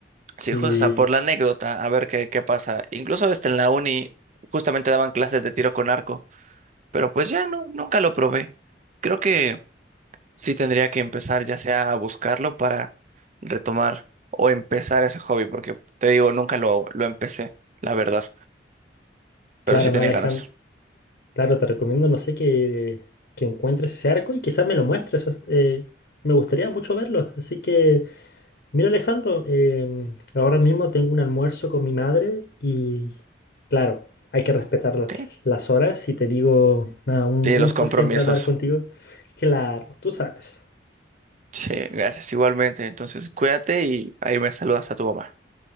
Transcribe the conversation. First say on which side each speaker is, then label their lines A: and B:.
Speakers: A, on the right; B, on the left.
A: Sí,
B: Y
A: justo, o sea, por la anécdota, a ver qué, qué pasa. Incluso hasta en la uni justamente daban clases de tiro con arco, pero pues ya no, nunca lo probé. Creo que sí tendría que empezar ya sea a buscarlo para retomar o empezar ese hobby, porque te digo, nunca lo, lo empecé, la verdad,
B: claro,
A: pero sí
B: no,
A: tenía
B: Alejandro,
A: ganas.
B: claro, te recomiendo, no sé, que, que encuentres ese arco y quizás me lo muestres, o s- eh, me gustaría mucho verlo. Así que, mira, Alejandro, em, ahora mismo tengo un almuerzo con mi madre y, claro, hay que respetar la-
A: ¿ok?
B: las horas y te digo, nada, un
A: Sí,
B: gusto
A: los compromisos.
B: siempre hablar contigo. Claro, tú sabes.
A: Sí, gracias, igualmente. Entonces, cuídate y ahí me saludas a tu mamá.